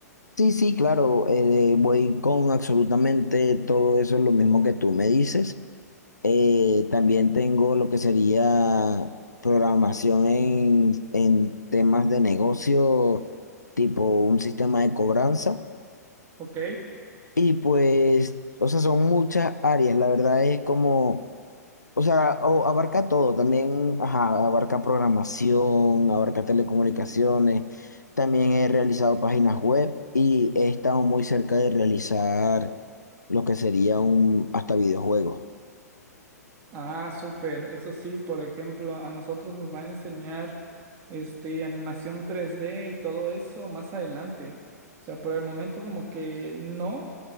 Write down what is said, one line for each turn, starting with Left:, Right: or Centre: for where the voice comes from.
Left: Sí, sí, claro, eh, voy con absolutamente todo eso, lo mismo que tú me dices. Eh, también tengo lo que sería programación en, en temas de negocio, tipo un sistema de cobranza.
Right: Ok,
Left: Y pues, o sea, son muchas áreas. La verdad es como, o sea, o- abarca todo. También, ajá, abarca programación, abarca telecomunicaciones. También he realizado páginas web y he estado muy cerca de realizar lo que sería un, hasta videojuegos.
Right: ah, súper. Eso sí, por ejemplo, a nosotros nos van a enseñar este animación tres d y todo eso más adelante. O sea, por el momento como que no,